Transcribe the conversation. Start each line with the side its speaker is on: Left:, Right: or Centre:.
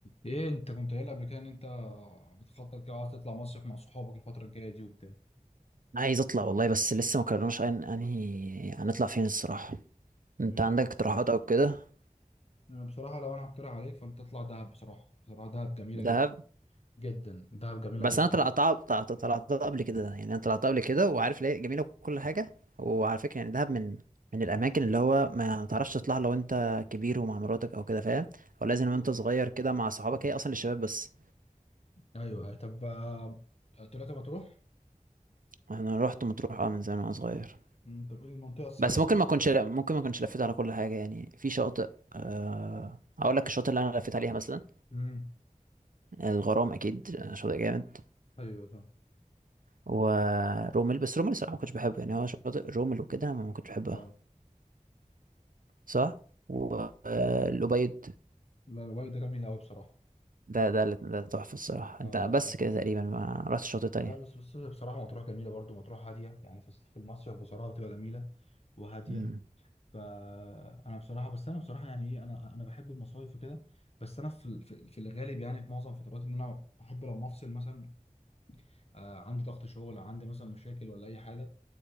Left: ايه انت كنت قايل قبل كده ان انت بتخطط كده عايز تطلع مصيف مع صحابك الفترة الجاية دي وبتاع
Right: عايز اطلع والله بس لسه ما قررناش أن- انهي هنطلع فين الصراحه انت
Left: يعني
Right: عندك
Left: ده-
Right: اقتراحات او كده
Left: أنا بصراحة لو انا هقترح عليك فانت تطلع دهب بصراحة بصراحة دهب جميلة جدا
Right: دهب
Left: جدا دهب جميلة
Right: بس
Left: جدا
Right: انا طلعت طلعت طلعت قبل كده يعني انا طلعت قبل كده وعارف ليه جميله وكل حاجه وعلى فكره يعني دهب من من الاماكن اللي هو ما تعرفش تطلع لو انت كبير ومع مراتك او كده فاهم هو
Left: بالظبط
Right: لازم وانت صغير كده مع صحابك هي اصلا للشباب بس
Left: ايوه طب آه، طلعت مطروح
Right: انا رحت مطروح اه من زمان وانا صغير
Left: انت بتقول المنطقه الساحليه
Right: بس ممكن ما اكونش ممكن ما اكونش لفيت على كل حاجه يعني في شاطئ أه... اقول لك الشاطئ اللي انا لفيت عليها مثلا
Left: امم
Right: الغرام اكيد شاطئ جامد
Left: ايوه فاهم
Right: ورومل بس رومل الصراحه ما كنتش بحبه يعني هو شاطئ رومل وكده ما ما كنتش بحبها
Left: آه،
Right: صح والأبيض
Left: لا الواي ده جميل قوي بصراحة
Right: ده ده اللي- ده تحفه الصراحه انت
Left: اه
Right: بس
Left: ده ده-
Right: كده تقريبا ما رحتش شاطئ تانية
Left: لا بس بس بصراحة مطروح جميلة برضو مطروح هادية يعني في في المصيف بصراحة بتبقى جميلة وهادية
Right: امم
Left: فانا بصراحه بس انا بصراحه يعني ايه انا انا بحب المصايف وكده بس انا في في في الغالب يعني في معظم فترات ان انا بحب لما افصل مثلا آه عندي ضغط شغل عندي مثلا مشاكل ولا اي حاجه